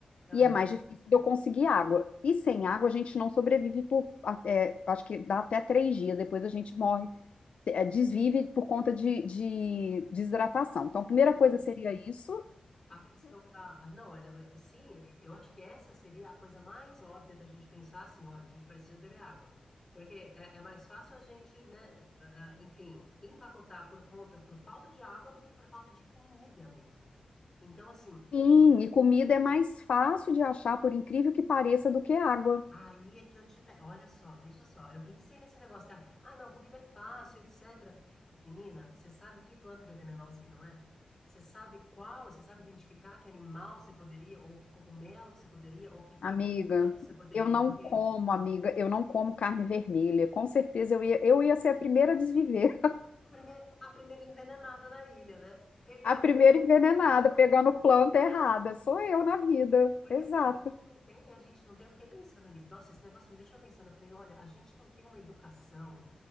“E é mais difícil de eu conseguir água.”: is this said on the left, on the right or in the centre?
Left